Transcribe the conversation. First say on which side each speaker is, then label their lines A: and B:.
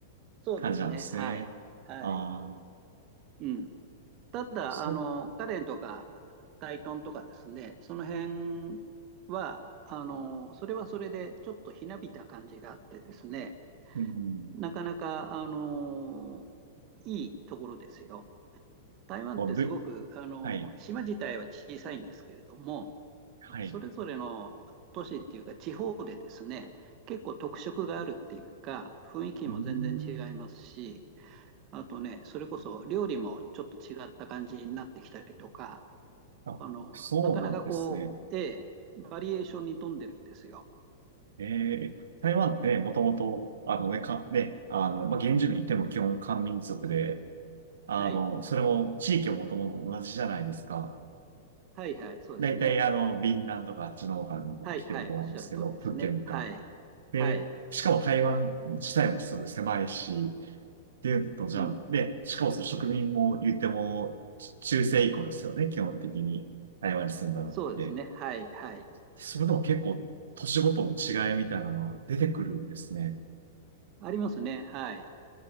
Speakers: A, on the right; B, on the right.
A: そうですね。
B: 感じなんですね。
A: はい。はい。
B: ああ、
A: うん。ただ、
B: そう、
A: あの、カレンとか、タイトンとかですね、その辺は、あの、それはそれで、ちょっとひなびた感じがあってですね、
B: うん。
A: なかなか、あの、いいところですよ。台湾ってすごく、
B: あぶ、
A: あの、
B: はい、
A: 島自体は小さいんですけれども、
B: はい。
A: それぞれの都市っていうか、地方でですね、結構特色があるっていうか、雰囲気も全然違いますし、
B: うーん。
A: あとね、それこそ料理もちょっと違った感じになってきたりとか、
B: あ、
A: あの、
B: そうなんですね。
A: なかなかこう、ええ、バリエーションに富んでるんですよ。
B: えー、台湾ってもともと、あのね、か、ね、あの、まあ、原住民っても基本漢民族で、あの、
A: はい。
B: それも地域ももともと同じじゃないですか。
A: はいはい、そうですね。
B: だいたいあの、ビンランとかあっちの方から来てると思うんですけど、
A: はい、はい、おっしゃる通りですね。
B: 福建とか。
A: はい。
B: で、
A: はい。
B: しかも台湾自体もすごい狭いし、っていうと、じゃあ、
A: うん。
B: で、しかもその植民も言っても、ち中世以降ですよね、基本的に台湾に住んだのって。
A: そうですね。はい、はい。
B: それでも結構、年ごとの違いみたいなのは出てくるんですね。
A: ありますね。はい。